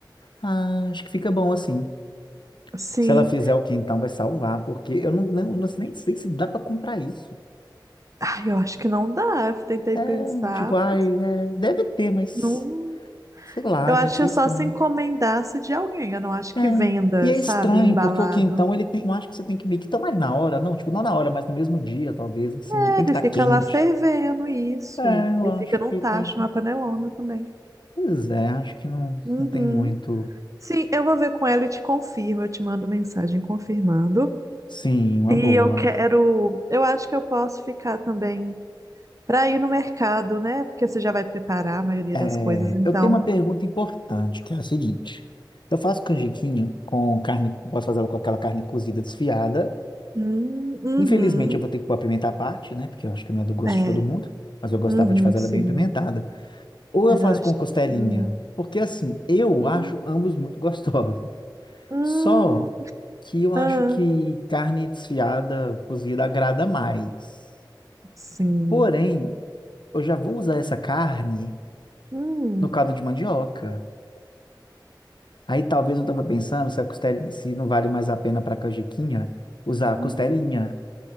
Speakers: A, on the left; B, on the right.
A: ah, acho que fica bom assim.
B: Sim.
A: Se ela fizer o quentão, vai salvar, porque eu não, não, não sei nem sei se dá para comprar isso.
B: Ai, eu acho que não dá. Eu tentei
A: É,
B: pensar,
A: tipo, ai,
B: mas
A: é, deve ter, mas
B: não.
A: sei lá,
B: Eu acho
A: deve ser
B: que é
A: estranho.
B: só se encomendasse de alguém. Eu não acho que
A: É.
B: venda,
A: E é
B: sabe?
A: estranho,
B: Embalado.
A: porque o quentão, ele tem. Eu acho que você tem que meio que tomar ele na hora, não? Tipo, não na hora, mas no mesmo dia, talvez, assim.
B: É,
A: Ele tem
B: ele
A: que estar
B: fica
A: quente.
B: lá fervendo isso.
A: É, eu
B: Ele
A: acho
B: fica num
A: que
B: tacho,
A: tem que.
B: numa panelona também.
A: Pois é, acho que não,
B: Uhum.
A: não tem muito.
B: Sim, eu vou ver com ela e te confirmo. Eu te mando mensagem confirmando.
A: Sim, uma
B: E
A: boa.
B: eu quero. Eu acho que eu posso ficar também para ir no mercado, né? Porque você já vai preparar a maioria
A: É,
B: das coisas, então.
A: eu tenho uma pergunta importante, que é a seguinte. Eu faço canjiquinha com carne. Posso fazer ela com aquela carne cozida desfiada.
B: Hum, uhum.
A: Infelizmente, eu vou ter que pôr a pimenta à parte, né? Porque eu acho que não é do gosto
B: É.
A: de todo mundo. Mas eu gostava
B: Uhum,
A: de fazer
B: sim.
A: ela bem pimentada. Ou
B: exausto.
A: eu faço com costelinha?
B: Hum.
A: Porque assim, eu
B: Hum.
A: acho ambos muito <laughs> gostosos.
B: Hum.
A: Só que eu acho
B: Ah,
A: que carne desfiada, cozida, agrada mais.
B: sim.
A: Porém, eu já vou usar essa carne
B: Hum.
A: no caldo de mandioca. Aí talvez eu tava pensando se a costelinha, se não vale mais a pena para canjiquinha usar a
B: Hum.
A: costelinha.